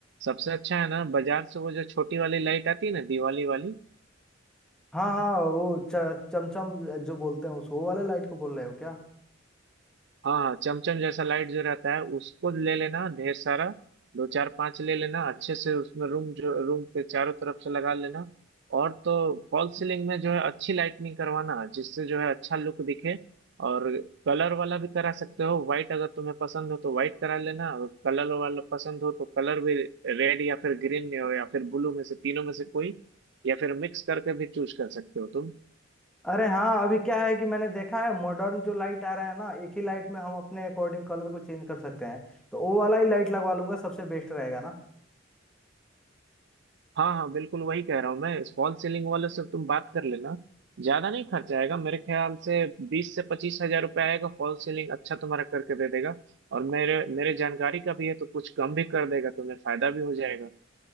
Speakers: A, on the right; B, in the centre.
A: सबसे अच्छा है ना बाजार से वो जो छोटी वाली लाइट आती है ना दिवाली वाली
B: हाँ हाँ वो च- चमचम जो बोलते हैं उसको वो वाले लाइट को बोल रहे हो क्या
A: हाँ हाँ चमचम जैसा लाइट जो रहता है उसको ले लेना ढेर सारा दो चार पांच ले लेना अच्छे से उसमें रूम जो रूम पे चारों तरफ से लगा लेना और तो फॉल सीलिंग में जो है अच्छी लाइटनिंग करवाना जिससे जो है अच्छा लुक दिखे और कलर वाला भी करा सकते हो व्हाइट अगर तुम्हें पसंद हो तो व्हाइट करा लेना और कलर वाला पसंद हो तो कलर भी रेड या फिर ग्रीन में हो या फिर ब्लू में से तीनों में से कोई या फिर मिक्स करके भी चूज कर सकते हो तुम
B: अरे हाँ अभी क्या है कि मैंने देखा है मॉडर्न जो लाइट आ रहा है ना एक ही लाइट में हम अपने अकॉर्डिंग कलर को चेंज कर सकते हैं तो वो वाला ही लाइट लगवा लूंगा सबसे बेस्ट रहेगा ना
A: हाँ हाँ बिल्कुल वही कह रहा हूँ मैं फॉल सीलिंग वाले से तुम बात कर लेना ज्यादा नहीं खर्चा आएगा मेरे ख्याल से बीस से पच्चीस हजार रुपया आएगा फॉल सीलिंग अच्छा तुम्हारा करके दे देगा और मेरे मेरे जानकारी का भी है तो कुछ कम भी कर देगा तुम्हें फायदा भी हो जाएगा